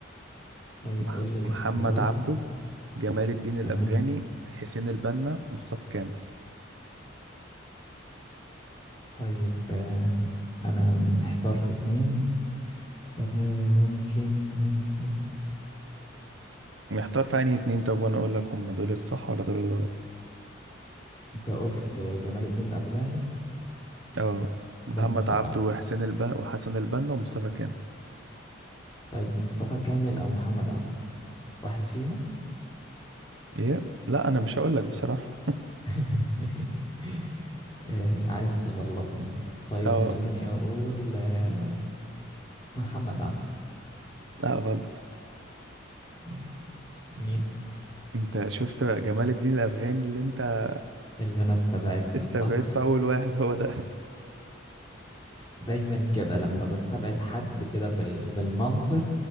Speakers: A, on the left (about 25°); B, on the right (about 75°).
A: طيب
B: مح
A: قول لي الاختيارات
B: محمد عبده جمال الدين الأفغاني
A: تمام
B: حسين البنا مصطفى كامل
A: طيب آه، أنا محتار في اتنين آه، ممكن ممكن
B: محتار في أنهي اتنين طب وأنا أقول لك هم دول الصح ولا دول الغلط
A: أنت قلت آه، جمال الدين الأفغاني
B: اه
A: ده
B: محمد
A: مستبعد
B: عبده وحسين البنا وحسن البنا ومصطفى كامل
A: طيب مصطفى كامل أو محمد عبده واحد فيهم
B: إيه لا أنا مش هقول لك بصراحة
A: <laughs> آه، عايز تغلطني طيب
B: اه
A: خليني أقول آه، محمد عبده
B: لا غلط
A: مم. مين
B: أنت شفت بقى جمال الدين الأفغاني اللي أنت
A: اللي انا استبعدته
B: استبعدت
A: صح
B: أول واحد هو ده
A: دايما كده لما بستبعد حد كده بال... بالمنطق